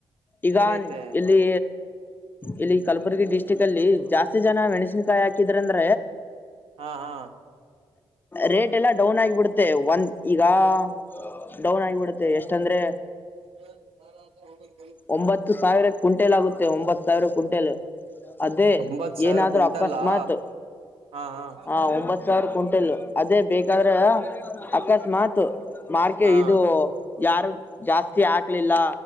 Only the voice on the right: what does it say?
ಹೇಗೈತೆ
ಹಾ ಹಾ
ಇ ಅನ್ ಇಂಡೆಜಿಬಲ್ <unintelligible>
ಒಂಬತ್ ಸಾವಿರ
ಕುಂಟಲ್ಲಾ
ಹಾ ಹಾ
ಹಾ